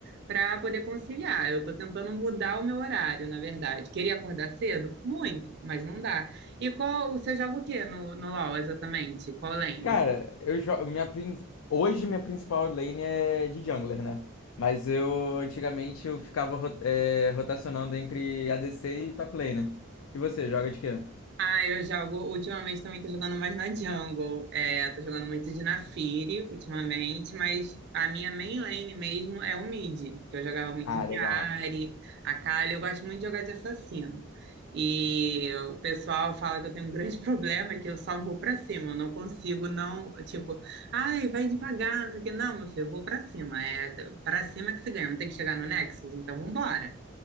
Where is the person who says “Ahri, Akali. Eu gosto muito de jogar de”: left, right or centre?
Right